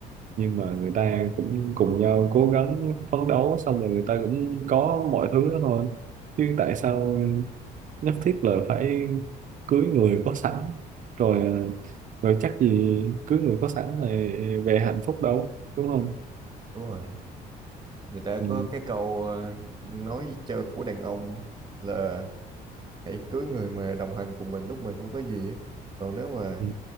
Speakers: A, on the right (about 50°); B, on the right (about 25°).
A: nhưng
B: Ừ.
A: mà người ta cũng cùng nhau cố gắng phấn đấu xong rồi người ta cũng có mọi thứ đó thôi chứ tại sao nhất thiết là phải cưới người có sẵn rồi rồi chắc gì cưới người có sẵn rồi về hạnh phúc đâu đúng không
B: đúng rồi người ta có
A: ừ,
B: cái câu ờ, nói chơi của đàn ông là hãy cưới người mà đồng hành cùng mình lúc mình không có gì á. còn nếu mà
A: ừ,